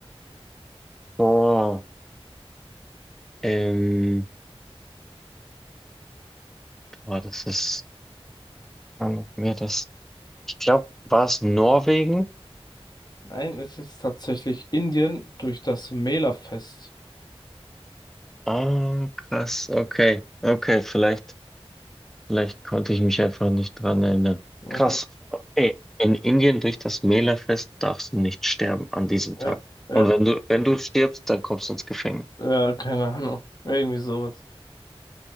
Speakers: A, in the centre; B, on the left.
A: boah. Ähm, boah, das ist, wann hatten wir das? Ich glaube, war es Norwegen?
B: Nein, es ist tatsächlich Indien durch das Mela-Fest.
A: Ah, krass, okay, okay, vielleicht, vielleicht konnte ich mich einfach nicht dran erinnern.
B: <laughs>
A: Krass, okay. In Indien durch das Mela-Fest darfst du nicht sterben an diesem
B: Ja,
A: Tag.
B: ja,
A: Und
B: ja,
A: wenn du, wenn du stirbst, dann kommst du ins Gefängnis.
B: ja, keine Ahnung. Irgendwie sowas.